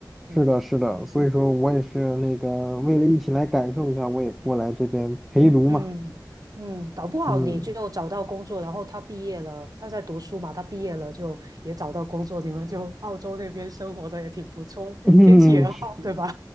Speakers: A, in the centre; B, on the right (about 55°).
A: 是的，
B: 嗯
A: 是的，所以说我也是那个为了一起来感受一下，我也过来这边陪读嘛。
B: 嗯嗯，搞不好你就找到工作，
A: 嗯，
B: 然后他毕业了，他在读书嘛，他毕业了就也找到工作，你们就澳洲那边生活的也挺不错，
A: <laughs>
B: 天气也好，
A: <clears throat>
B: 对吧？